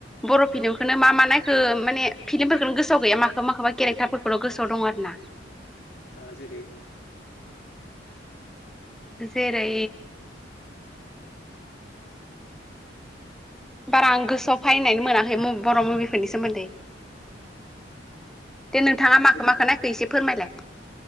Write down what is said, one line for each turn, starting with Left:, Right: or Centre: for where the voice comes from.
Centre: बर' फिल्मखौनो मा मा नायखो माने फिल्मफोरखोनो गोसोआव गैया माखोबा माखोबा केरेक्टारफोरखौल' गोसोआव दं आरो ना।
Left: ओ जेरै
Centre: जेरै बारा आं गोसोआव फायनानै मोनाखै बर' मुभिफोरनि सोमोन्दै।
Left: ओमफ्राय
Centre: दे नोंथाङा माखो
Left: गोदो
Centre: माखो नायखो एसे फोरमायलाय।